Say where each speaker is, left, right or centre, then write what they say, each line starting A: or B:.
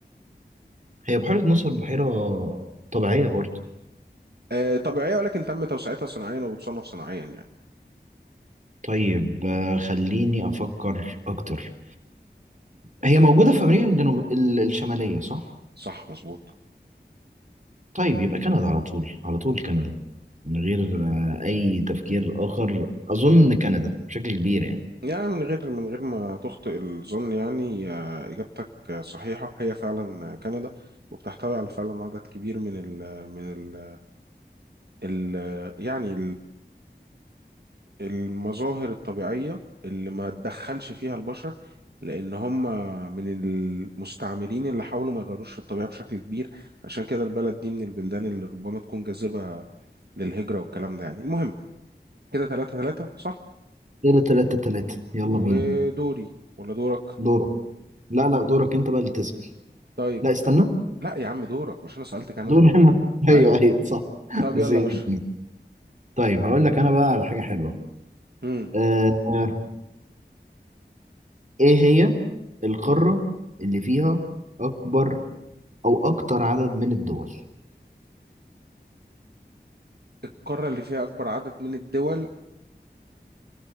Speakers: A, on the right; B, on the right.
A: هي بحيره ناصر بحيره طبيعيه برضه
B: آه، طبيعية ولكن تم توسعتها صناعيا وبتصنف صناعيا يعني
A: طيب آه خليني افكر اكتر هي موجوده في امريكا الجنوب ال- الشماليه صح
B: صح مظبوط
A: طيب يبقى كندا على طول على طول كندا من غير آه، أي تفكير آخر أظن كندا بشكل كبير يعني
B: يعني من غير من غير ما تخطئ الظن يعني آه، إجابتك آه، صحيحة هي فعلا آه، كندا وبتحتوي على فعلا عدد كبير من ال من ال ال يعني المظاهر الطبيعية اللي ما تدخلش فيها البشر لأن هم من المستعمرين اللي حاولوا ما يغيروش في الطبيعة بشكل كبير عشان كده البلد دي من البلدان اللي ربما تكون جاذبة للهجرة والكلام ده يعني المهم كده ثلاثة ثلاثة صح
A: كده تلاتة تلاتة يلا بينا
B: ودوري ولا دورك
A: دورك لا لا دورك أنت بقى اللي تسأل
B: طيب
A: لا استنى
B: أه، لا يا عم دورك مش أنا سألت كندا
A: دور أنا <laughs> أيوه
B: أيوه
A: أيوه صح
B: طب
A: نسيت
B: يلا يا باشا
A: نسيت. طيب هقول لك أنا بقى على حاجة حلوة
B: مم.
A: آه آه، إيه هي القارة اللي فيها أكبر أو أكتر عدد من الدول
B: القارة اللي فيها أكبر عدد من الدول